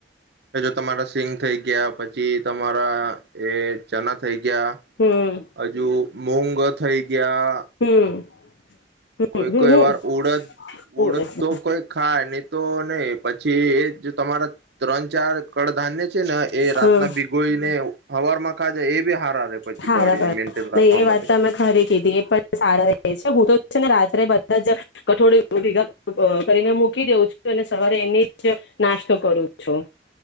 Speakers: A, on the right; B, on the left.
A: એ જો તમારા સિંગ થઈ ગયા, પછી તમારા એ ચના થઈ ગયા,
B: હમ
A: હજુ મોંઘ થઈ ગ્યા.
B: હમ <inaudible>
A: કોઈ
B: હમ
A: કોઈ
B: હમ
A: વાર ઉડદ
B: ઓળખ.
A: ઉડદ તો કોઈ ખા ન તો નહી પછી એ જો તમારા ત્રણ ચાર કડધાન્ય છે. ને એ રાતના
B: હમ
A: ભીગોઈને હવાર મખા જાય એવી હારા રે પછી
B: હારબરર
A: બોડી મેન્ટેન
B: ન
A: રાખવા
B: એ વાત
A: માટે
B: તો અમે ખરી કીધી એ પણ સારા છે. હું તો છે ને રાત્રે બધા જ કઠોળ ભેગા કરીને મૂકી દઉં છું, અને સવારે એની જ નાસ્તો કરું છું.